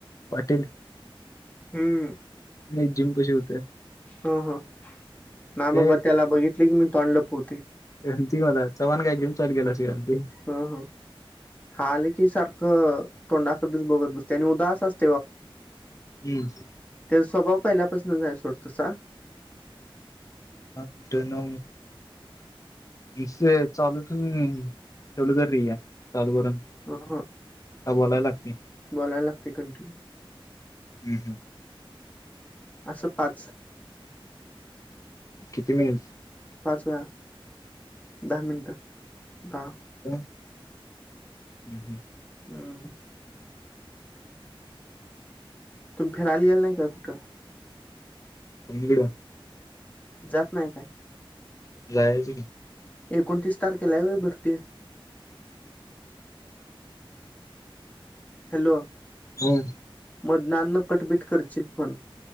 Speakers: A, on the left; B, on the left.
A: पाटिल
B: हम्म
A: नाही जिम कशी होते.
B: ह ह ना बाबा
A: ए
B: त्याला बघितले की मी तोंड लपवते.
A: श्रंती मला चव्हाण काय जिम चाल गेला श्रंती.
B: ह ह आले की सारखं तोंडाकडेच बघत बसते आणि उदास असत.
A: हुं
B: त्याचा स्वभाव पहिल्यापासून जाय सोडत तसा.
A: ह द ना इ चालूून ठलू कर र आहे चालू करून.
B: ह हा
A: बोलायला लागते.
B: बोलायला लागते कंटिन्यू.
A: हम्म हम्
B: असं पाच
A: किती मिनिटं.
B: पाच वाज दहा मिनट दहा
A: ह् ह
B: हम तुम फिरआलीलेल नाही का कुठ?
A: <inaudible>
B: जात नाइ काय?
A: जायच
B: एकोणतीस तारखेला व भरती हॅलो
A: हम्
B: मदनांना कटबीट करशील फोन